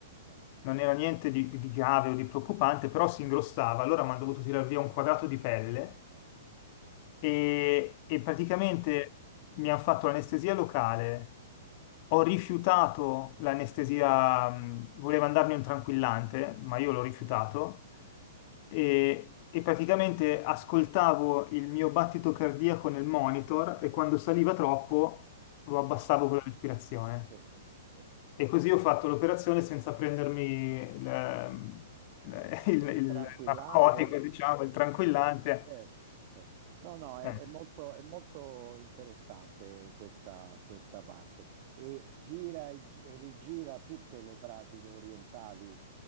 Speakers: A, on the right (about 45°); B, on the left (about 45°).
A: Ah,
B: non era niente di, di grave o di preoccupante, però si ingrossava, allora mi hanno dovuto tirare via un quadrato di pelle
A: ah,
B: e, e praticamente mi hanno fatto l'anestesia locale. Ho rifiutato l'anestesia, mh, voleva andarmi un tranquillante, ma io
A: sì,
B: l'ho rifiutato
A: sì. sì.
B: e, e praticamente ascoltavo il mio battito cardiaco nel monitor e quando saliva troppo lo abbassavo
A: Adesso-
B: con la respirazione.
A: Sì, sì, sì, sì.
B: E così ho fatto l'operazione senza prendermi il, <laughs> il-
A: il
B: il
A: tranquillante,
B: narcotico,
A: o- o-
B: diciamo, il tranquillante.
A: un po'. Certo, certo. No, no, è,
B: Eh.
A: è molto, è molto interessante questa, questa parte e gira e, gi- e rigira tutte le pratiche orientali,